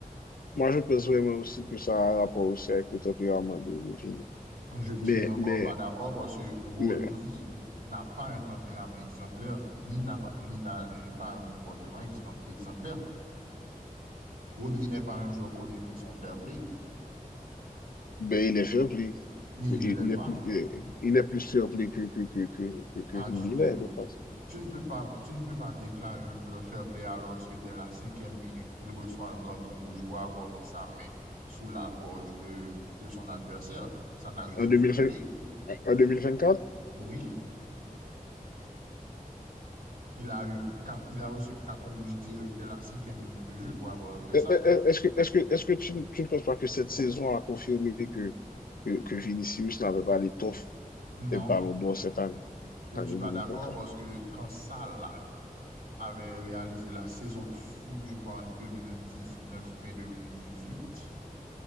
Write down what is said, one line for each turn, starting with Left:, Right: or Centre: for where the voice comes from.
Left: moi, je pense vraiment aussi que ça a un rapport aussi avec le tempérament de de Vini.
Right: Je ne
Left: Mais,
Right: suis encore
Left: mais,
Right: pas d'accord parce que Rodri
Left: mais,
Right: n'a pas un tempérament exemplaire, ni n'a pas, ni n'a euh, pas un comportement exempl- exemplaire. Rodri n'est pas un joueur connu pour son fair play.
Left: ben, il est fair play.
Right: Il
Left: Il,
Right: ne l'est
Left: il
Right: pas.
Left: est plus, il est plus fair play que, que, que, que, que, que
Right: Pas
Left: Vini,
Right: du tout.
Left: là, je pense.
Right: Tu ne peux pas, tu ne peux pas déclarer un joueur fair play alors que dès la cinquième minute, il reçoit un carton rouge pour avoir mis sa main sous la gorge de, de son adversaire. Ça n'a rien
Left: En 2020
Right: de fair play.
Left: en 2024?
Right: Oui, il a eu quatre- il a reçu carton rouge direct dès la cinquième minute de jeu pour avoir fait
Left: Euh,
Right: ça.
Left: euh, Est-ce que, est-ce que, est-ce que tu, ne tu ne penses pas que cette saison a confirmé que, que, que Vinicius n'avait pas l'étoffe d'être
Right: Non,
Left: Ballon d'Or cette année,
Right: je
Left: année
Right: ne suis pas
Left: 2024?
Right: d'accord parce que quand Salah avait réalisé la saison de fou, je crois en 2019 ou bien 2018,